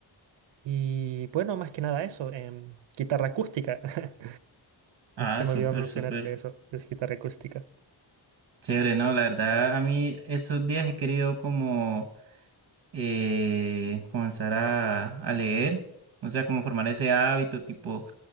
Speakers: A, on the right; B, on the right.
A: Y bueno, más que nada eso, em, guitarra acústica. <laughs>
B: Ah,
A: Se me
B: súper,
A: olvidó mencionarte
B: súper.
A: eso, es guitarra acústica.
B: Chévere, no, la verdad, a mí estos días he querido como... eh, comenzar a, a leer, o sea, como formar ese hábito, tipo,